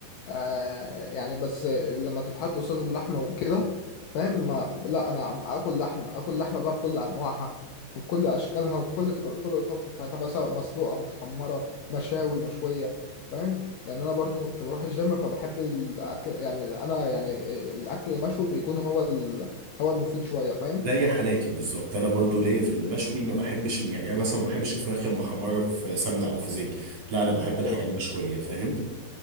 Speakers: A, on the left; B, on the right.
A: آه يعني بس لما تتحط قصاد اللحمة وكده فاهم ما لا انا اكل لحمة اكل لحمة بقى بكل انواعها وبكل اشكالها وبكل طرق طرق الطبخ بتاعتها بقى سواء مسلوقة متحمرة مشاوي مشوية فاهم لان انا برضو كنت بروح الجيم فبحب الاكل يعني انا يعني الاكل المشوي بيكون هو ال... هو المفيد شوية فاهم
B: زي حالاتي بالظبط انا برضو ليا في المشوي ما بحبش يعني انا مثلا ما بحبش الفراخ المحمرة في سمنة او في زيت لا انا بحب
A: ايوه
B: الحاجة المشوية فاهم